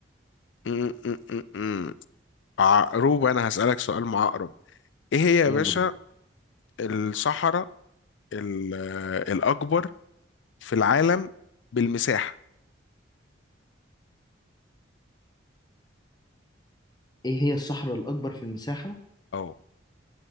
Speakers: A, on the left; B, on the left.
A: م- م- م- م. عقرب انا هسألك سؤال معقرب ايه هي يا
B: يلا
A: باشا
B: بينا
A: الصحراء ال- آه، الاكبر في العالم بالمساحة
B: ايه هي الصحراء الاكبر في المساحة
A: اه